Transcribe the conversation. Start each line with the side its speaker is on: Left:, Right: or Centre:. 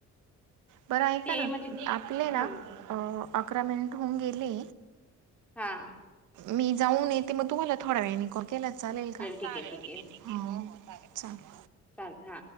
Right: बरं ऐका
Centre: ते
Right: ना
Centre: म्हणजे
Right: आपले
Centre: हा
Right: ना अकरा मिनिट होऊन गेले
Centre: हा
Right: मी जाऊन येते मग तुम्हाला थोडा वेळ इनकॉल केलाच चालेल का
Centre: ठीक आहे ठीक
Right: आहे हो हो चालेल
Centre: चाल हा